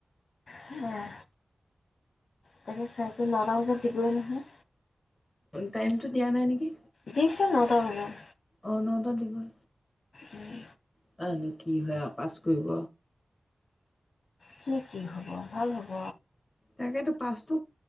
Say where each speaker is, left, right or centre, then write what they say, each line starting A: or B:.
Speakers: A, on the left; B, on the left.
A: সেয়া তাকে চাইতটো নটা বজাত দিবই নহয়।
B: টাইমটো দিয়া নাই নেকি?
A: দিছে নটা বজাত।
B: অ নটাত দিবই।
A: উম।
B: তানো কি হয় আৰু পাছ কৰিব।
A: কি কি হ'ব ভাল হ'ব।
B: তাকেতো পাচটো